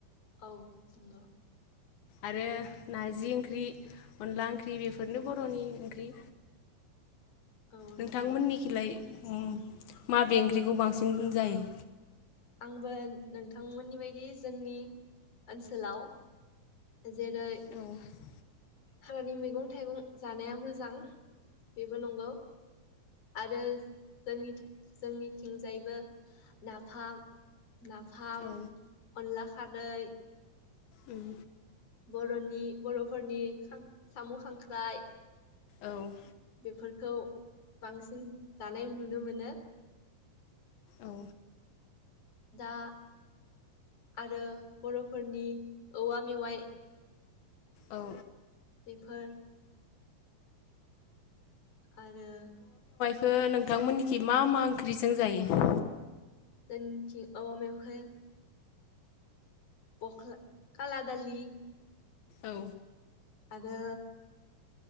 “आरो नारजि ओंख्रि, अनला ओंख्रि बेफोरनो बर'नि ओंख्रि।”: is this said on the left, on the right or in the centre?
Left